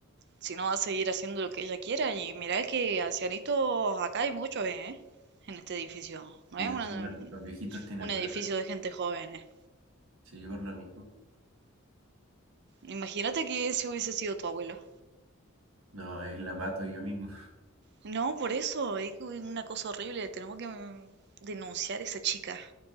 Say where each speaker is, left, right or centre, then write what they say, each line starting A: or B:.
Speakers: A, on the right; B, on the right.
A: Si no, va a seguir haciendo lo que ella quiera. Y mirá que ancianitos acá hay muchos, ¿eh? En este edificio.
B: sí
A: No es
B: encima
A: una-
B: los viejitos tienen
A: un
B: plata.
A: edificio de gente joven, ¿eh?
B: Sí, yo por lo mismo.
A: Imagínate que si hubiese sido tu abuelo.
B: No, ahí la mato yo mismo. <laughs>
A: No, por eso, es una cosa horrible. Tenemos que mm, denunciar a esa chica.